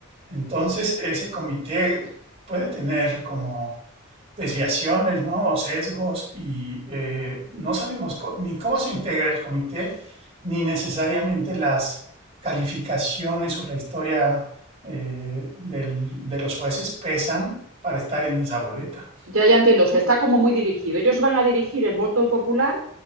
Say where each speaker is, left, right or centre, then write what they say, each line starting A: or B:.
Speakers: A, on the right; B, on the right.
A: Entonces, ese comité puede tener como desviaciones, ¿no? O sesgos y eh, no sabemos ni cómo se integra el comité, ni necesariamente las calificaciones o la historia eh, del, de los jueces pesan para estar en esa boleta.
B: Ya, ya entiendo, o sea, está como muy dirigido. Ellos van a dirigir el voto popular